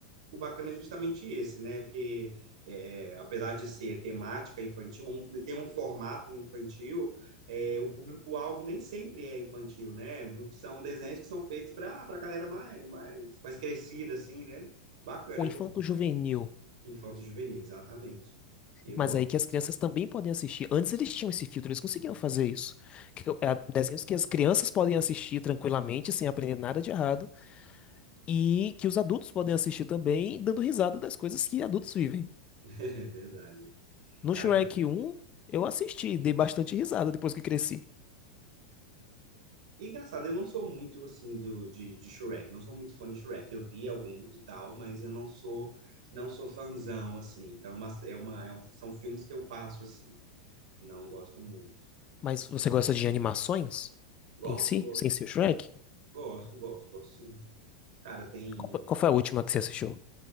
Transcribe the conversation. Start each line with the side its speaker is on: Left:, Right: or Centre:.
Right: o bacana é justamente esse, né? Que é, apesar de ser temática infantil, um, ter um formato infantil, é, o público-alvo nem sempre é infantil, né? São desenhos que são feitos para a galera mais, mais, mais crescida, assim, né? Bacana,
Left: o
Right: eu
Left: infanto-juvenil.
Right: gosto. Infanto-juvenil, exatamente. Eu
Left: Mas
Right: gosto,
Left: aí que as crianças também podem assistir. Antes eles tinham esse filtro, eles conseguiam fazer isso. Que, é, desenhos que as crianças podem assistir tranquilamente, sem aprender nada de errado. E que os adultos podem assistir também, dando risada das coisas que adultos vivem.
Right: <laughs> é verdade.
Left: No
Right: Cara,
Left: Shrek um eu assisti, dei bastante risada depois que cresci.
Right: E engraçado, eu não sou muito assim do, de, de Shrek, não sou muito fã de Shrek. Eu vi alguns e tal, mas eu não sou não sou fãzão assim. Então é uma, é uma é um- são filmes que eu passo assim. Não gosto muito.
Left: Mas você gosta de animações
Right: Gosto,
Left: em si,
Right: go-
Left: sem ser o Shrek?
Right: gosto, gosto, gosto sim. Cara, tem,
Left: Qual, foi qual foi a última que você assistiu?